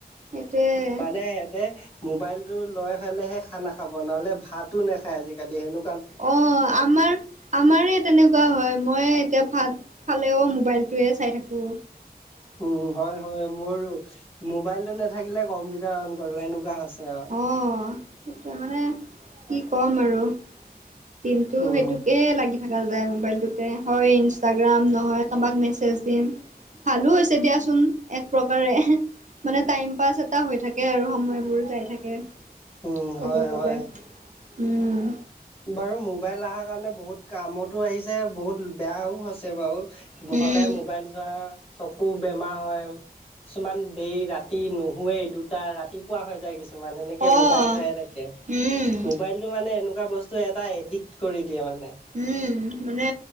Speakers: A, on the right (about 50°); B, on the left (about 35°).
A: সেইটোৱে
B: মানে সিহঁতে মোবাইলটো লৈ হ'লেহে খানা খাব। নহ'লে ভাতো নাখায় আজি-কালি হেনো।
A: অ আমাৰ আমাৰ এ তেনেকুৱা হয় মই এতিয়া ভাত ফালেও মোবাইলটোৱে চাই থাকো।
B: উম, হয় - হয় মোৰো মোবাইল তো নাথাকিলে কম্পিউটাৰ অন কৰো সেনেকুৱা হৈছে আৰু।
A: অ, সেইটোৱে মানে কি ক'ম আৰু দিনটো
B: উম।
A: সেইটো। একে লাগি থকা যায় মোবাইলটোতে হয় ইনষ্টাগ্ৰাম নহয় কাৰোবাক মেছেজ দিম। ভালো হৈছে দিয়াচোন এক প্ৰকাৰে। মানে টাইম পাছ এটা হৈ থাকে আৰু সময়বোৰ যাই থাকে।
B: উম, হয়,
A: ক'ব গলে,
B: হয়।
A: উম।
B: বাৰু মোবাইল আহাৰ কাৰণে বহুত কামতো আহিছে, বহুত বেয়াও হৈছে বাৰু।
A: উম,
B: সদায় মোবাইল চোৱা, চকু বে বেমাৰ হয়। কিছুমান দেৰি ৰাতি নুশোৱেই, দুটা ৰাতিপুৱা হৈ যায় কিছুমান সেনে
A: অ',
B: মোবাইল চাই থাকে।
A: উম।
B: মোবাইলটো মানে এনেকুৱা বস্তু এটা এডিক্ট কৰি দিয়ে মানে।
A: উম মানে